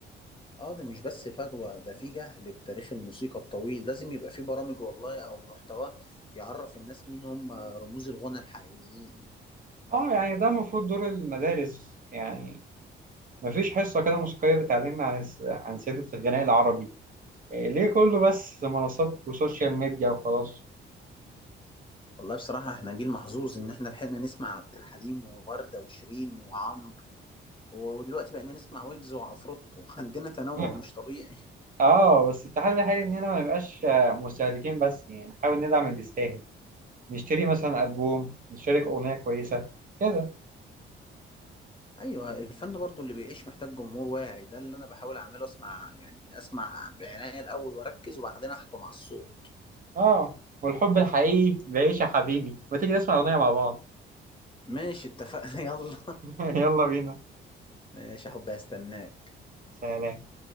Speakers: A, on the left (about 25°); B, on the right (about 45°).
A: اه ده مش بس فجوة ده في جهل بتاريخ الموسيقى الطويل لازم يبقى في برامج والله او محتوى يعرف الناس مين هم رموز الغنى الحقيقيين
B: اه يعني ده المفروض دور المدارس يعني مفيش حصة كده موسيقية بتعلمنا عن الس- عن سيرة الغناء العربي إيه ليه كله بس منصات وسوشيال ميديا وخلاص
A: والله بصراحة احنا جيل محظوظ ان احنا لحقنا نسمع عبد الحليم ووردة وشيرين وعمرو ودلوقتي بقينا نسمع ويجز وعفروتو <laughs> عندنا تنوع
B: <laughs>
A: مش طبيعي
B: اه بس التحدي الحقيقي اننا ما نبقاش مستهلكين بس يعني نحاول ندعم اللي يستاهل نشتري مثلا ألبوم نشارك أغنية كويسة كده
A: ايوه الفن برضو اللي بيعيش محتاج جمهور واعي ده اللي انا بحاول اعمله اسمع يعني اسمع بعناية الاول واركز وبعدين احكم على الصوت
B: اه والحب الحقيقي بعيش يا حبيبي ما تيجي نسمع أغنية مع بعض
A: ماشي اتفقنا <laughs> يلا
B: <laughs> يلا بينا
A: ماشي يا حبي هستناك
B: سلام